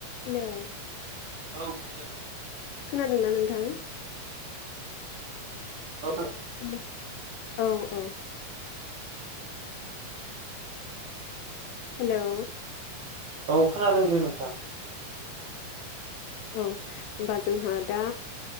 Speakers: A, on the left; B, on the right.
A: हेलौ
B: औ हेलौ
A: खोनादों ना नोंथां
B: औ
A: हेलौ। औ औ हेलौ
B: औ खोनादों दे नोंथां
A: औ होमबा जोंहा दा